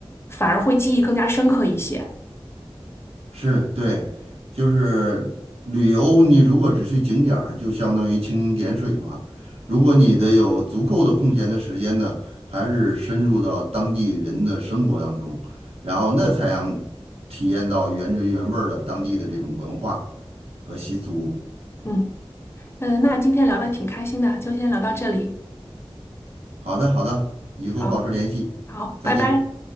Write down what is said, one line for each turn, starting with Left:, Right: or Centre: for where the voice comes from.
Left: 反而会记忆更加深刻一些。
Right: 是对，就是旅游，你如果只去景点儿，就相当于蜻蜓点水嘛。如果你的有足够的空闲的时间呢，还是深入到当地人的生活当中，然后那才让体验到原汁原味儿的当地的这种文化和习俗。
Left: 嗯嗯，呃那今天聊的挺开心的，就先聊到这里。
Right: 好的，好的，以后保持联系，
Left: 好，好，
Right: 再见。
Left: 拜拜。